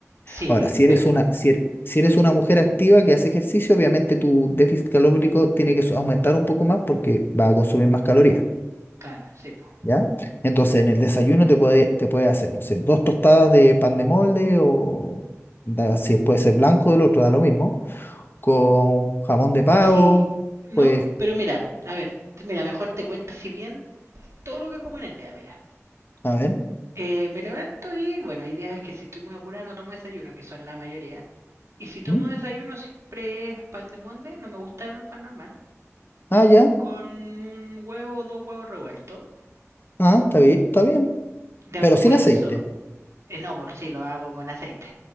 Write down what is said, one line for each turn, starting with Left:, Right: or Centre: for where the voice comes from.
Right: Sí,
Left: Ahora, si
Right: pero.
Left: eres una, si er- si eres una mujer activa que hace ejercicio, obviamente tu déficit calórico tiene que su- aumentar un poco más porque va a consumir más calorías.
Right: Claro, sí, pues.
Left: ¿ya? Entonces, en el desayuno te puede, te puede hacer, no sé, dos tostadas de pan de molde o da- si puede ser blanco del otro, da lo mismo, con jamón de pavo,
Right: Sí. No,
Left: pues,
Right: pero mira, a ver, mira, mejor te cuento si bien todo lo que como en el día, mira.
Left: a ver,
Right: Eh, me levanto y, bueno, hay días que si estoy muy apurado no tomo desayuno, que son la mayoría. Y si tomo
Left: ¿Mm?
Right: desayuno siempre es pan de molde, no me gusta el pan normal.
Left: ah, ya,
Right: Con un huevo o dos huevos revueltos.
Left: ah, está bien, está bien,
Right: De almuerzo,
Left: pero sin aceite,
Right: eh, no, por si lo hago con aceite.